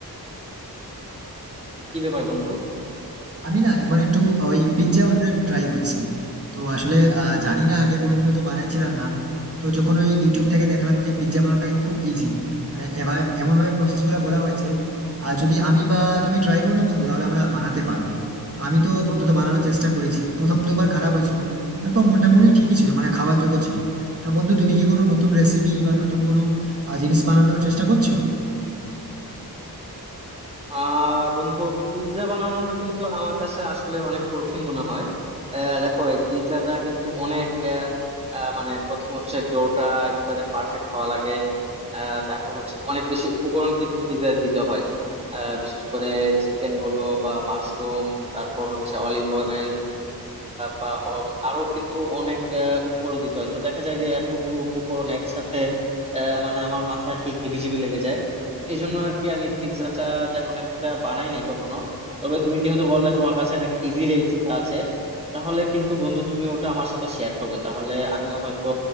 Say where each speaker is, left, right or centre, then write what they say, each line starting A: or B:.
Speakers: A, on the right; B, on the right.
A: কি ব্যাপার বন্ধু
B: আমি না এখন একটু ওই পিৎজা বানানোর একটু ট্রাই করছি তো আসলে আহ, জানি না আগে কোনোদিনও তো বানাইছিলাম না তো যখন ওই ইউটিউব থেকে দেখলাম যে পিৎজা বানানোটা কিন্তু খুব ইজি মানে এভাবে এমন ভাবে প্রসেস গুলো বলা হয়েছে আর যদি আমি বা তুমি ট্রাই করো না বন্ধু তাহলে আমরা বানাতে পারবো তো আমি তো অন্তত বানানোর চেষ্টা করেছি প্রথম দুবার খারাপ হয়েছিল তারপর মোটামুটি ঠিকই ছিল মানে খাওয়ার যোগ্য ছিল তা বন্ধু তুমি কি কোনো নতুন রেসিপি বা নতুন কোনো আহ, জিনিস বানানোর চেষ্টা করছো
A: আহ বন্ধু পিৎজা বানানোটা কিন্তু আমার কাছে আসলে অনেক কঠিন মনে হয় আহ, দেখো এই পিৎজাটা কিন্তু অনেক আহ, আহ, মানে প্রথম হচ্ছে ডোটা একবারে পারফেক্ট হওয়া লাগে আহ, তারপর হচ্ছে অনেক বেশি উপকরণ কিন্তু পিৎজা দিতে হয় আহ, বিশেষ করে চিকেন বলো বা মাশরুম তারপর হচ্ছে অলিভ অয়েল বা অ- আরো কিন্তু অনেক আহ, উপকরণ দিতে হয় তো দেখা যায় যে এতগুলো উপকরণ একসাথে আহ, মানে আমার মাথায় আর কি হিবিজিবি লেগে যায় এই জন্য আর কি আমি পিৎজাটা তেমন একটা বানাই নাই কখনো তবে তুমি যেহেতু বললে তোমার কাছে নাকি ইজি রেসিপি আছে তাহলে কিন্তু বন্ধু তুমি ওটা আমার সাথে শেয়ার করবে তাহলে আমিও হয়তো